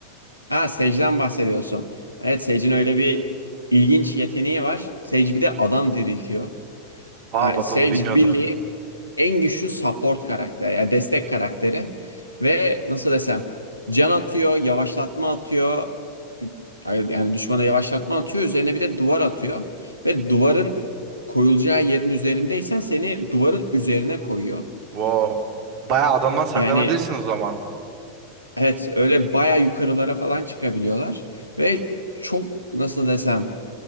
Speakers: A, on the left; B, on the right.
A: Ha Sage'den bahsediyorsun. Evet Sage'in öyle bir ilginç yeteneği var. Sage bir de adam diriltiyor.
B: Aa
A: Yani
B: bak
A: Sage
B: onu bilmiyordum.
A: bildiğin en güçlü support karakteri yani destek karakteri. Ve nasıl desem can atıyor, yavaşlatma atıyor. Hayır, Yani düşmana yavaşlatma atıyor. Üzerine bir de duvar atıyor. Ve duvarın koyulacağı yerin üzerindeysen seni duvarın üzerine koyuyor.
B: Wow. Bayağı adamdan saklanabilirsin
A: Yani
B: o zaman.
A: evet öyle baya yukarılara falan çıkabiliyorlar. Ve çok nasıl desem